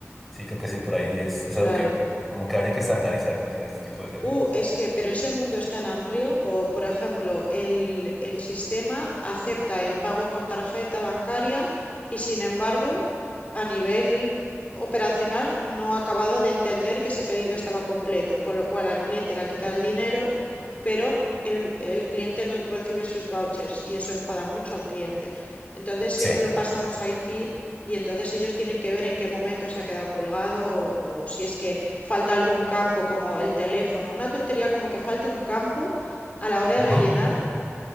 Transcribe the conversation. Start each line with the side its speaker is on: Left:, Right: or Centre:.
Centre: Sí, creo que sí, por ahí es, es
Left: claro.
Centre: algo que como que habría que estandarizar pues en este tipo de servicios.
Left: Uh, es que, pero ese mundo es tan amplio, o por ejemplo, el, el sistema acepta el pago con tarjeta bancaria y sin embargo, a nivel operacional no ha acabado de entender que ese pedido estaba completo, con lo cual al cliente le ha quitado el dinero, pero el, el cliente no recibe sus vouchers y eso enfada mucho al cliente. Entonces siempre
Centre: Sí.
Left: lo pasamos a IT y entonces ellos tienen que ver en qué momento se ha quedado colgado o, o si es que falta algún campo como el teléfono, una tontería como que falte un campo a la hora de
Centre: Ujú.
Left: rellenar.